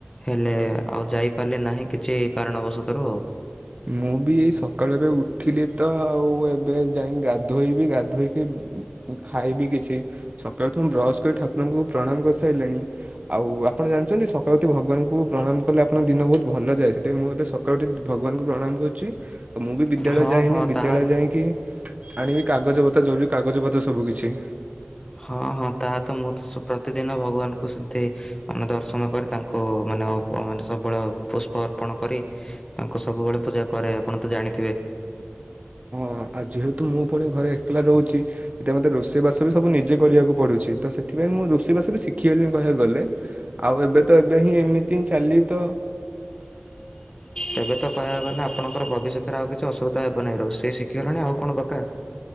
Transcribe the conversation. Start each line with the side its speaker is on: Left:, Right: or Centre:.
Left: ହେଲେ ଆଉ ଯାଇପାରିଲି ନାହିଁ। କିଛି କାରଣବଶ ତ୍ର
Right: ମୁଁ, ବି ଏଇ ସକାଳୁ ଏବେ ଉଠିଲି ତ ଆଉ ଏବେ ଯାଇ ଗାଧୋଇବି ଗାଧୋଇକି ଖାଇବି। କିଛି ସକାଳୁ ଉଠ ମୁଁ ବ୍ରସ୍ କରି ଠାକୁରଙ୍କୁ ପ୍ରଣାମ କରିସାରିଲିଣି। ଆଉ ଆପଣ ଜାଣିଛନ୍ତି ସକାଳୁ ଉଠି ଭଗବାନଙ୍କୁ ପ୍ରଣାମ କଲେ ଆପଣଙ୍କ ଦିନ ବହୁତ ଭଲ ଯାଏ ସେଥିପାଇଁ ମୁଁ ଏବେ ସକାଳୁ ଉଠି ଭଗବାନଙ୍କୁ ପ୍ରଣାମ କରୁଛି। ତ, ମୁଁ ବିଦ୍ୟାଳୟ
Left: ହଁ
Right: ଯାଇନି।
Left: ହଁ
Right: ବିଦ୍ୟାଳୟ
Left: ତାହା
Right: ଯାଇକି ଆଣିବି କାଗଜ ପତ୍ର ଯୋଉ ଯଉ କାଗଜ ପତ୍ର ସବୁ କିଛି।
Left: ହଁ ହଁ, ତାହା ତ ମୁଁ ତ ପ୍ରତିଦିନ ଭଗବାନଙ୍କୁ ସେମ- ଠିକ୍ ଆମେ ଦର୍ଶନ କରି ତାଙ୍କୁ କୁ ମାନେ ମାନେ ସବୁବେଳେ ପୁଷ୍ପ ଅର୍ପଣ କରି ତାଙ୍କୁ ସବୁବେଳେ ପୂଜା କରେ। ଆପଣ ତ ଜାଣିଥିବେ।
Right: ହଁ, ଆଉ ଯେହେତୁ ମୁଁ ପୁଣି ଘରେ ଏକଲା ରହୁଛି। ସେଥି ମୋତେ ରୋଷେଇ ବାସ ବି ସବୁ ନିଜେ କରିବାକୁ ପଡୁଛି। ତ, ସେଥିପାଇଁ ମୁଁ ରୋଷେଇ ବାସ ବି ଶିଖିଗଲି କହିବାକୁ ଗଲେ ଆଉ ଏବେ ତ ଏବେ ହିଁ ଏମିତି ଚାଲି ତ
Left: ତେବେ ତ କହିବାକୁ ଗଲେ ଆପଣଙ୍କର ଭବିଷ୍ୟତରେ ଆଉ କିଛି ଅସୁବିଧା ହେବ ନାହିଁ। ରୋଷେଇ ଶିଖିଗଲାଣି ଆଉ କଣ ଦରକାର।